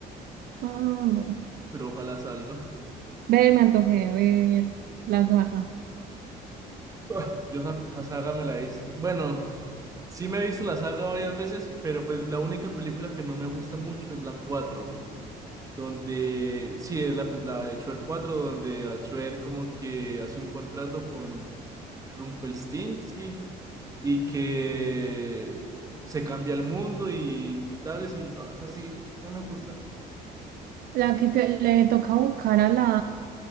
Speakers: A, on the right (about 65°); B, on the right (about 20°).
A: ah, no.
B: pero ojalá salga.
A: Ve, me antojé de ver la saga.
B: <laughs> Ah, Yo esa, esa saga me la he visto. Bueno, sí me he visto la saga varias veces, pero pues la única película que no me gusta mucho es la cuatro, donde sí es la, pe- la de Shrek 4 donde a Shrek como que hace un contrato con Rumpelstiltskin y que se cambia el mundo y, y tales, y no, es así, no me gusta.
A: La que te- le toca buscar a la,